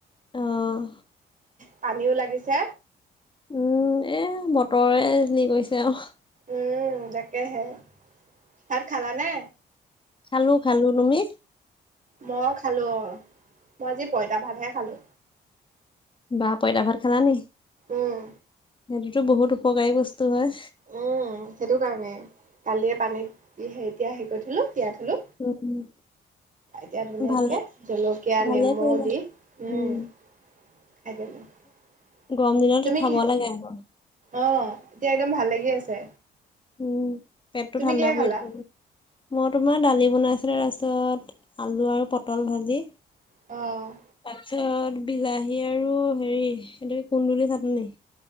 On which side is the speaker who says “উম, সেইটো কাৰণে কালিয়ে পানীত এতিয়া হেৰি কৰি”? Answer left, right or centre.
Right